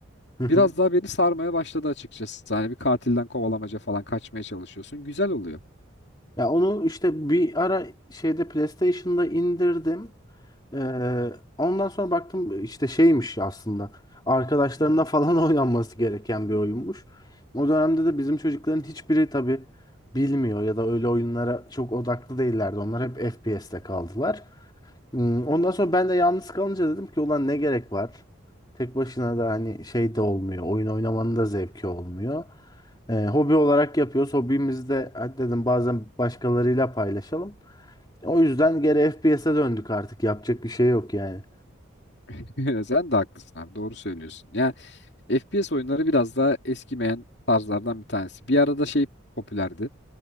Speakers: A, on the left; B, on the left.
A: <laughs>
B: Biraz daha beni sarmaya başladı açıkçası. Hani bir katilden kovalamaca falan kaçmaya çalışıyorsun. Güzel oluyor.
A: Ya onu işte bir ara şeyde PlayStation'da indirdim. Ee, ondan sonra baktım işte şeymiş aslında. Arkadaşlarına falan <laughs> oynanması gereken bir oyunmuş. O dönemde de bizim çocukların hiçbiri tabii bilmiyor ya da öyle oyunlara çok odaklı değillerdi. Onlar hep FPS'te kaldılar. Hmm, Ondan sonra ben de yalnız kalınca dedim ki ulan ne gerek var? Tek başına da hani şey de olmuyor. Oyun oynamanın da zevki olmuyor. Ee, hobi olarak yapıyoruz. Hobimizi de hadi dedim bazen başkalarıyla paylaşalım. O yüzden geri FPS'e döndük artık. Yapacak bir şey yok yani.
B: <laughs> Sen de haklısın abi. Doğru söylüyorsun. Yani FPS oyunları biraz daha eskimeyen tarzlardan bir tanesi. Bir arada şey popülerdi.